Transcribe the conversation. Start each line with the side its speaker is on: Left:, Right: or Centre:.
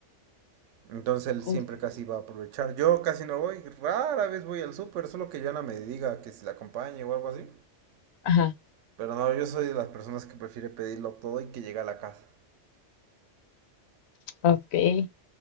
Right: Entonces él siempre
Left: Ok.
Right: casi va a aprovechar. Yo casi no voy, rara vez voy al súper, solo que Joana me diga que si la acompañe o algo así.
Left: Ajá,
Right: Pero no, yo soy de las personas que prefiere pedirlo todo y que llegue a la casa.
Left: ok.